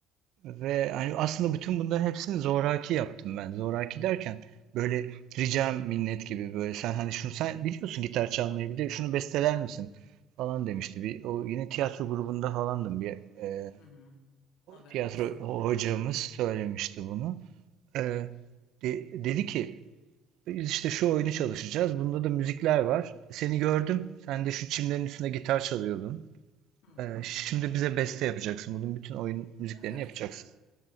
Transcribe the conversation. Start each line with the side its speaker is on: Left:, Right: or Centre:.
Right: Ve hani aslında bütün bunların hepsini zoraki yaptım ben. Zoraki derken böyle ricam minnet gibi böyle sen hani şunu sen biliyorsun gitar çalmayı bir de şunu besteler misin falan demişti. Bir, o yine tiyatro grubunda falandım. Bir e,
Left: Hı hı. Evet,
Right: tiyatro
Left: bahset.
Right: ho- hocamız söylemişti bunu. E, de- dedi ki biz işte şu oyunu çalışacağız. Bunda da müzikler var. Seni gördüm. Sen de şu çimlerin üstünde gitar çalıyordun.
Left: Hı.
Right: Ee, şimdi bize beste yapacaksın. Bunun bütün oyun
Left: <laughs>
Right: müziklerini
Left: Evet,
Right: yapacaksın.
Left: evet.